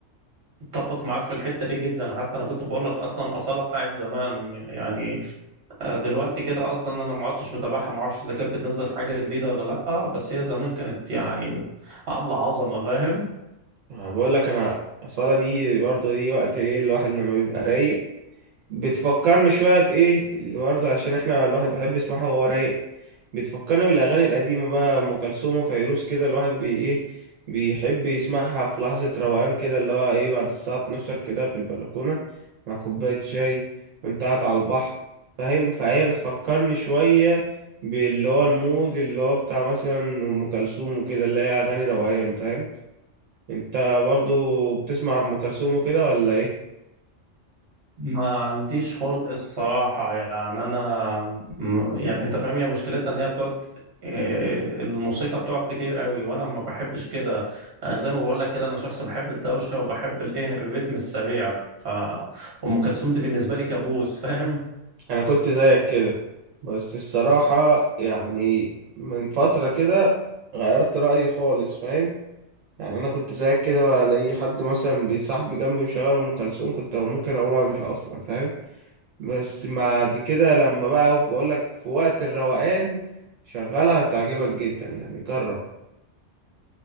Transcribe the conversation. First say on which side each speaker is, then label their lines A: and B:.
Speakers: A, on the right; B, on the right.
A: اتفق معاك في الحتة دي جدا حتى انا كنت بقول لك اصلا اصالة بتاعت زمان يعني آه، دلوقتي كده اصلا انا ما عدتش متابعها ما اعرفش اذا كانت بتنزل حاجة جديدة ولا لا بس هي زمان كانت يعني عاملة عظمة فاهم؟
B: أنا بقول لك انا الصلاة دي برضه دي وقت ايه الواحد لما بيبقى رايق بتفكرني شوية بايه اللي برضه عشان احنا الواحد بيحب يسمعها وهو رايق بتفكرني بالاغاني القديمة بقى ام كلثوم وفيروز كده الواحد بي ايه بيحب يسمعها في لحظة روقان كده اللي هو ايه بعد الساعة 12 كده في البلكونة مع كوباية شاي وانت قاعد على البحر فاهم فهي بتفكرني شوية باللي هو المود اللي هو بتاع مثلا ام كلثوم وكده اللي هي اغاني روقان فاهم انت برضو بتسمع ام كلثوم وكده ولا ايه
A: ما عنديش خلق الصراحة يعني أنا م- يعني أنت فاهم هي مشكلتها إن هي بتقعد إيه، الموسيقى بتقعد كتير قوي وأنا ما بحبش كده أنا زي ما بقول لك كده أنا شخص بحب الدوشة وبحب الإيه الريتم السريع ف أم كلثوم دي بالنسبة لي كابوس <laughs> فاهم
B: انا كنت زيك كده بس الصراحة يعني من فترة كده غيرت رأيي خالص فاهم يعني انا كنت زيك كده الاقي حد مثلا بصاحبي جنبي مشغل ام كلثوم كنت ممكن اقوم امشي اصلا فاهم بس بعد كده لما بقى بقول لك في وقت الروقان شغلها هتعجبك جدا يعني جرب